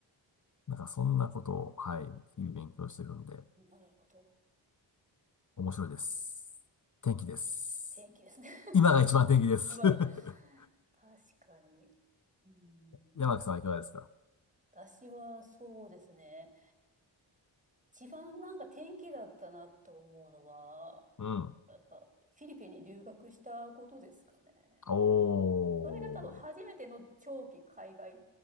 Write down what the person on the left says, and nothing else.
なんかそんなことを、はい、日々勉強してるんで、
面白いです。天気です。
今が一番天気です。
<laughs>
山木さんはいかがですか
うん。
おー。